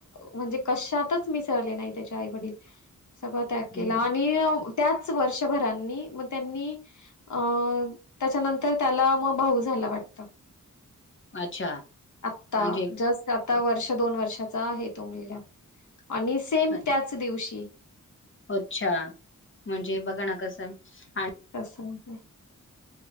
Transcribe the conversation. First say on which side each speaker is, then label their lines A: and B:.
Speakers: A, on the left; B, on the left.
A: म्हणजे कशातच मिस नाही त्याचे आई वडील सगळ त्याग केला.
B: हं,
A: आणि त्याच वर्षभरांनी म त्यांनी अ त्याच्यानंतर त्याला म भाऊ झाला वाटतं.
B: अच्छा
A: आता
B: म्हणजे
A: जस्ट आता
B: अ,
A: वर्ष दोन वर्षात आता आहे तो मुलगा. आणि सेम
B: अ,
A: त्याच दिवशी
B: अच्छा, म्हणजे बघा ना कसं <inaudible>
A: अस <unintelligible>